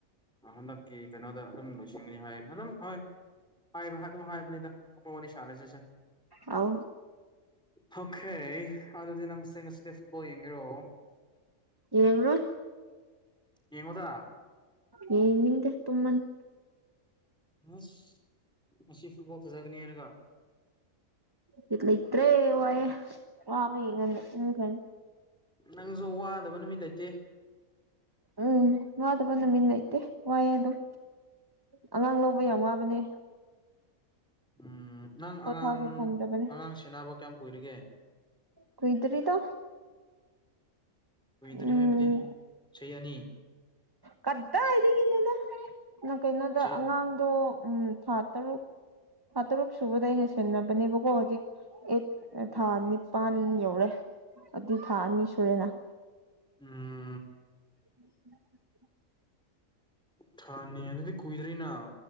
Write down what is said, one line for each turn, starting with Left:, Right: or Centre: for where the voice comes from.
Centre: ꯍꯟꯗꯛꯀꯤ ꯀꯩꯅꯣꯗ ꯑꯗꯨꯝ ꯂꯣꯏꯁꯤ ꯅꯤ ꯍꯥꯏ ꯑꯗꯨꯝ ꯍꯥꯏꯕ ꯑꯗꯨꯝ ꯍꯥꯏꯕꯅꯤꯗ ꯑꯇꯣꯞꯄ ꯋꯥꯔꯤ ꯁꯥꯔꯁꯤꯁꯦ
Right: ꯑꯥꯎ
Centre: ꯑꯣꯈꯦ ꯑꯗꯨꯗꯤ ꯅꯪꯁꯦ ꯉꯥꯁꯤꯗꯤ ꯐꯨꯠꯕꯣꯜ ꯌꯦꯡꯒꯦꯔꯣ
Right: ꯌꯦꯡꯔꯣꯏ
Centre: ꯌꯦꯡꯉꯨꯗ
Right: ꯌꯦꯡꯅꯤꯡꯗꯦ ꯇꯨꯝꯃꯅꯤ
Centre: ꯑꯁ ꯃꯁꯤ ꯐꯨꯠꯕꯣꯜ ꯐꯖꯒꯅꯤ ꯍꯥꯏꯔꯒ
Right: ꯕꯤꯠ ꯂꯩꯇ꯭ꯔꯦ ꯋꯥꯌꯦ ꯋꯥꯕꯒꯤ ꯉꯟꯅ ꯇꯨꯝꯈ꯭ꯔꯅꯤ
Centre: ꯅꯪꯁꯨ ꯋꯥꯗꯕ ꯅꯨꯃꯤꯠ ꯂꯩꯇꯦ
Right: ꯎꯝ ꯋꯥꯗꯕ ꯅꯨꯃꯤꯠ ꯂꯩꯇꯦ ꯋꯥꯏꯌꯦ ꯑꯗꯨꯝ ꯑꯉꯥꯡ ꯂꯧꯕ ꯌꯥꯝ ꯋꯥꯕꯅꯦ
Centre: ꯎꯝ ꯅꯪ
Right: ꯄꯣꯊꯥꯕ
Centre: ꯑꯉꯥꯡ
Right: ꯐꯪꯗꯕꯅꯦ
Centre: ꯑꯉꯥꯡ ꯁꯦꯟꯅꯕ ꯀꯌꯥꯝ ꯀꯨꯏꯔꯒꯦ
Right: ꯀꯨꯏꯗ꯭ꯔꯤꯗ
Centre: ꯀꯨꯏꯗ꯭ꯔꯤ
Right: ꯎꯝ
Centre: ꯍꯥꯏꯕꯗꯤ ꯆꯍꯤ ꯑꯅꯤ
Right: ꯀꯗꯥꯏꯗꯒꯤꯅꯣꯗꯥ ꯅ ꯀꯩꯅꯣꯗ
Centre: ꯆꯍꯤ
Right: ꯑꯉꯥꯡꯗꯣ ꯎꯝ ꯊꯥ ꯇꯔꯨꯛ ꯊꯥ ꯇꯔꯨꯛ ꯁꯨꯕꯗꯩ ꯑꯩꯅ ꯁꯦꯟꯅꯕꯅꯦꯕꯀꯣ ꯍꯧꯖꯤꯛ ꯑꯦ ꯊꯥ ꯅꯤꯄꯥꯟ ꯌꯧꯔꯦ ꯑꯗꯨꯏ ꯊꯥ ꯑꯅꯤ ꯁꯨꯔꯦꯅ
Centre: ꯎꯝ
Right: ꯎꯝ
Centre: ꯊꯅꯤ ꯑꯗꯨꯗꯤ ꯀꯨꯏꯗ꯭ꯔꯤꯅ